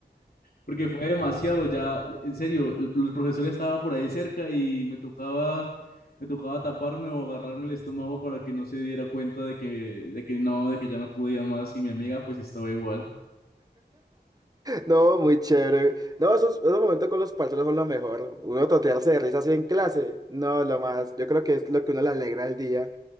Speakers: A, on the left (about 60°); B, on the right (about 20°).
A: porque fue demasiado ya, en serio, el, el profesor ya estaba por ahí cerca y me tocaba, me tocaba taparme o agarrarme el estómago para que no se diera cuenta de que, de que no, de que ya no podía más y mi amiga pues estaba igual.
B: No, muy chévere. No, esos, esos momentos con los parceros son lo mejor. Uno totearse de risa así en clase. No, lo más. Yo creo que es lo que uno le alegra el día.